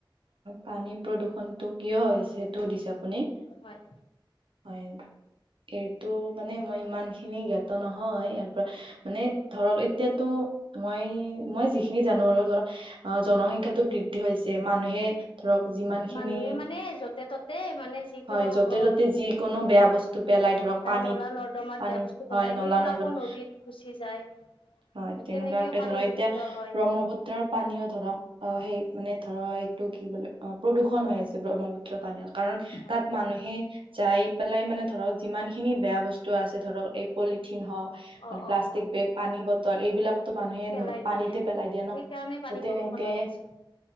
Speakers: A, on the right; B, on the left.
A: পানী প্ৰদূষণটো কিয় হৈছে সেইটো সুধিছে আপুনি?
B: হয়
A: হয় এইটো মানে মই ইমানখিনি জ্ঞাত নহয় ইয়াৰ পৰা মানে ধৰক এতিয়াতো মই-মই যিখি খিনি জানো আৰু ধৰক অঁ জনসংখ্যাটো বৃদ্ধি হৈছে মানুহে ধৰক যিমানখিনি
B: মানুহে মানে য'তে ত'তে মানে যিকোনো
A: হয় যতে
B: অ
A: ত'তে যিকোনো বেয়া বস্তু পেলাই ধৰক পানীত-পানীত
B: নলা নৰ্দমাত বেয়া বস্তু পেলাই
A: হয় নলা-নৰ্দমা
B: সেইবোৰ আকৌ নদীত গুচি যায়
A: হয় তেনেকুৱাকে
B: তেনেকেও পানী
A: ধৰক
B: দূষিত
A: এতিয়া
B: হয়
A: ব্ৰহ্মপুত্ৰৰ পানীও ধৰক অঁ সেই মানে ধৰ এইটো কি বোলে অ প্ৰদূষণ হৈ আছে। ব্ৰহ্মপুত্ৰ পানীয়ত কাৰণ
B: হয়
A: তাত মানুহে যাই পেলাই মানে ধৰক যিমানখিনি বেয়া বস্তু আছে ধৰক এই পলিথিন হওক
B: অ‍ঁ-অঁ-অঁ!
A: মানে প্লাষ্টিক
B: হয়।
A: বেগ পানী বটল এইবিলাকতো মানুহে
B: পেলাই
A: পানীতে
B: দিয়ে
A: পেলাই দিয়ে ন
B: সেইকাৰণে পানী
A: ত তেনেকে।
B: প্ৰদূষণ হৈ আছে